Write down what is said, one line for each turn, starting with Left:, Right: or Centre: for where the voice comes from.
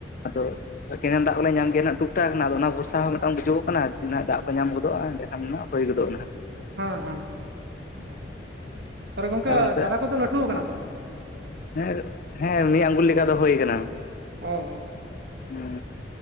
Left: ᱟᱫᱚ ᱠᱮᱱᱮᱞ ᱫᱟᱜ ᱠᱚᱞᱮ ᱧᱟᱢ ᱜᱮᱭᱟ ᱱᱟᱜ ᱴᱩᱠ ᱴᱟᱠ ᱟᱫᱚ ᱚᱱᱟ ᱵᱷᱚᱨᱥᱟ ᱦᱚᱸ ᱢᱤᱫᱴᱟᱝ ᱵᱩᱡᱚᱠᱚᱜ ᱠᱟᱱᱟ ᱛᱤᱱᱟᱹᱜ ᱫᱟᱜ ᱠᱚ ᱧᱟᱢ ᱜᱚᱫᱚᱜᱼᱟ, ᱮᱸᱰᱮ ᱠᱷᱟᱱ ᱦᱳᱭ ᱜᱚᱫᱚᱜᱟ ᱱᱟᱦᱟᱜ
Right: ᱦᱮᱸ ᱦᱮᱸ ᱦᱮᱸ ᱛᱟᱦᱞᱮ ᱜᱚᱝᱠᱮ
Left: ᱟᱨ ᱚᱱᱛᱮ
Right: ᱪᱟᱨᱟ ᱠᱚᱫᱚ ᱞᱟᱹᱴᱷᱩ ᱠᱟᱱᱟ ᱛᱚ?
Left: ᱦᱮᱸ ᱦᱮᱸ ᱢᱤᱫ ᱟᱸᱜᱩᱞ ᱞᱮᱠᱟ ᱫᱚ ᱦᱳᱭ ᱠᱟᱱᱟ
Right: ᱚ
Left: ᱦᱩ